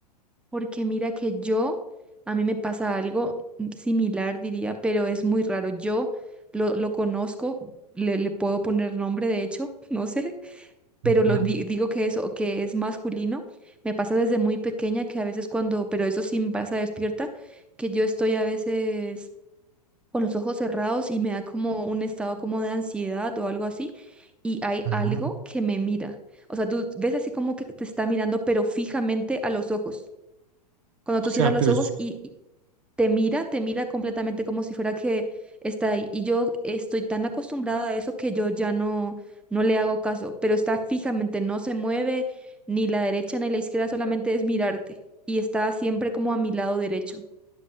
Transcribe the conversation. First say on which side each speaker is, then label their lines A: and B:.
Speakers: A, in the centre; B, on the right (about 50°).
A: Porque mira que yo, a mí me pasa algo similar, diría, pero es muy raro. Yo lo, lo conozco, le, le puedo poner nombre, de hecho, <laughs> no sé, pero
B: Ujú,
A: lo di- digo que eso, que es masculino. Me pasa desde muy pequeña que a veces cuando, pero eso sí me pasa despierta, que yo estoy a veces con los ojos cerrados y me da como un estado como de ansiedad o algo así, y hay
B: ujú.
A: algo que me mira. O sea, tú ves así como que te está mirando, pero fijamente a los ojos. Cuando
B: O
A: tú
B: sea,
A: cierras los
B: pero,
A: ojos
B: es-
A: y y te mira, te mira completamente como si fuera que está ahí. Y yo estoy tan acostumbrada a eso que yo ya no, no le hago caso, pero está fijamente, no se mueve ni la derecha ni la izquierda, solamente es mirarte. Y está siempre como a mi lado derecho.